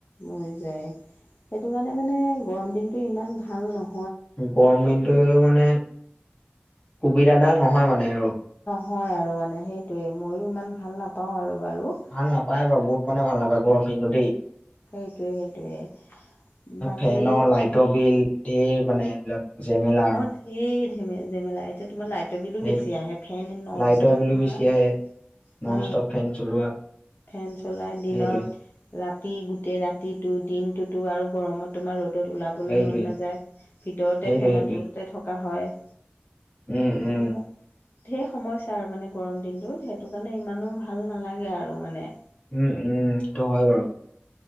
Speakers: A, on the left (about 60°); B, on the left (about 35°).
A: মৰি যায় সেইটো কাৰণে মানে গৰম দিনটো ইমান ভাল ন
B: গৰমদিনটো মানে সুবিধা দা নহয় মানে আৰু
A: হয় আৰু মানে সেইটোয়ে মইও ইমান ভাল নাপাও আৰু বাৰু।
B: ভাল নাপায় বাৰু বহুত মানে ভাল নাপায় গৰম দিনতো দেই।
A: সেইটোৱে সেইটোৱে। বাকী
B: ফেনৰ লাইটৰ বিল ধেৰ মানে এইবিলাক। জেমেলা আৰু
A: অ ঢেৰ জেমেলা এতিয়া তোমাৰ লাইটৰ বিলো
B: সেইটোৱে।
A: বেছি আহে ফেন নন
B: লাইটৰ
A: ষ্টপ
B: বিলো
A: তোমাৰ।
B: বেছি আহে নন
A: অ
B: ষ্টপ ফেন চলোৱা
A: ফেন চলাই দিনত
B: সেইটোৱে
A: ৰাতি গোটেই ৰাতিটো দিনটোতো আৰু গৰমত তোমাৰ ৰ'দত ওলাবলৈ
B: সেইটোৱে।
A: মন নাযায় ভিতৰতে
B: সেইটোৱে
A: ফেনতলতে
B: সেইটোৱে
A: থকা হয়।
B: উম উম।
A: তেনেকুৱা ঢেৰ সমস্যা আৰু মানে গৰম দিনটোত। সেইটো কাৰণে ইমানো ভাল নালাগে আৰু মানে।
B: উম উমটো হয় বাৰু